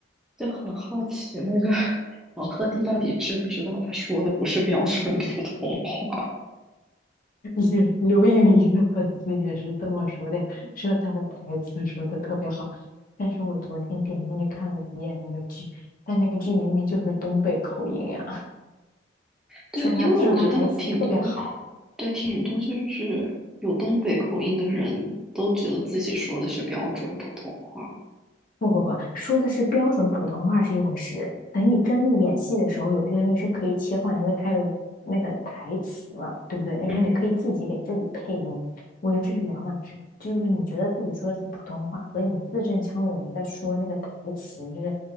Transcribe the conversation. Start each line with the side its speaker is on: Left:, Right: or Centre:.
Centre: 就很好奇那个 <laughs> 王鹤棣到底知不知道他说的不是标准普通话？
Left: 刘 <laughs> 刘宇宁的粉丝也是这么说的，说他的台词说的特别好。但是我昨天点进去看了几眼那个剧，但那个剧明明就是东北口音呀，
Centre: 对，
Left: 说他说他台词特别好。
Centre: 因为我觉得挺多，对挺多就是有东北口音的人都觉得自己说的是标准普通话。
Left: 不不不，说的是标准普通话是一回事，等你真的演戏的时候，有些东西是可以切换的，因为它有那个台词了，对不对？然后你可以自己给自己配音，
Centre: 嗯，
Left: 我觉得这是两码事。就是说你觉得自己说的是普通话，和你字正腔圆地在说那个台词，就是